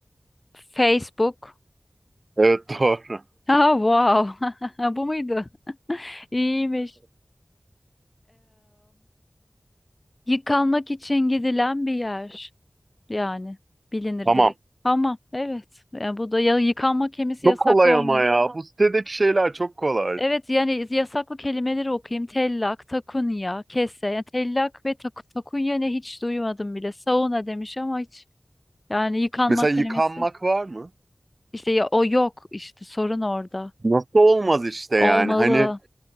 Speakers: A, on the left (about 30°); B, on the right (about 50°).
A: Facebook.
B: Evet <laughs> doğru.
A: Ha, wow. <laughs> Bu muydu? İyiymiş. Yıkanmak için gidilen bir yer yani bilinir
B: Tamam.
A: direkt. Ama evet yani bu da ya yıkanma kemisi
B: Çok
A: yasaklı
B: kolay
A: olmalı.
B: ama ya. Bu sitedeki şeyler çok kolay.
A: Evet yani yasaklı kelimeleri okuyayım. Tellak, takunya, kese. Yani tellak ve tak takunya ne hiç duymadım bile. Sauna demiş ama hiç yani yıkanmak
B: Mesela
A: kelimesi.
B: yıkanmak var mı?
A: İşte ya o yok işte sorun orada.
B: Nasıl olmaz işte
A: Olmalı.
B: yani hani